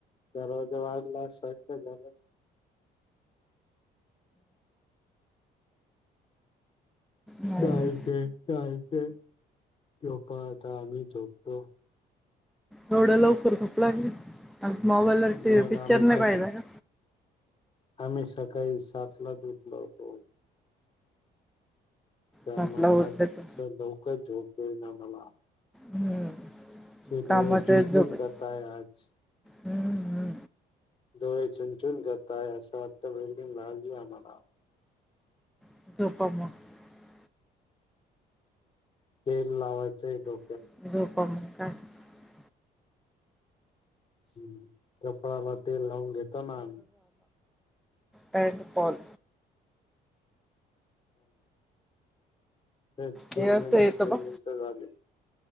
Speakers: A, on the left; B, in the centre.
A: दररोज वाज लास झाले.
B: नाही
A: <unintelligible> झोपा आता आम्ही झोपतो.
B: एवढं लवकर झोप लागली अ मोबाईल ला टी
A: मग
B: पिक्चर
A: आम्ही सकाळ
B: नाही पाहिला का
A: आम्ही सकाळी सात लाच उठल होतो. त्यामुळे
B: सातला उठलं
A: आज असं
B: तर
A: लवकरच झो ये ना मला
B: हम्म
A: चिदे
B: कामात
A: चुन चुन
B: झोपत
A: करताय आज.
B: हम्म हम्म.
A: डोळे चुणचुन जातय असा आर्थ वेल्डिंग लागली आम्हाला
B: <unintelligible>
A: तेल लावायचंय डो
B: <unintelligible>
A: ह कपडा लात तेल लावून घेतो ना आम्ही.
B: पँड पॉल.
A: दोन
B: हे असं
A: मिनट
B: येतं
A: दोन
B: बघ
A: मिनट झाले.